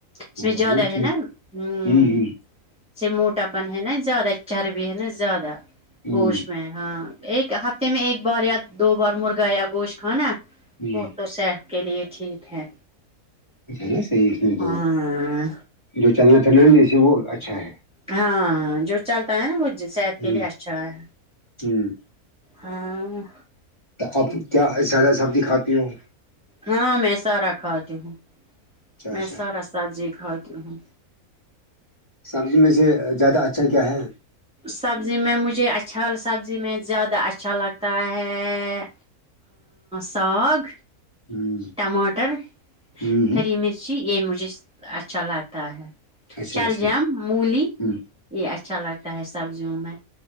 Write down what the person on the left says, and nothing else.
وہ
ٹھیک
ہوں
ہ
ہ ہ
نا صحی اس میں جو
جو چلنا تھا ن اسے وہ اچھا ہے
ہ
ہ
تو اب کیا زیادہ سبزی کھاتی ہوں
اچھا
اچھا
سبزی میں سے زیادہ اچھا کیا ہے
ہ
ہ
اچھا
اچھا
ہ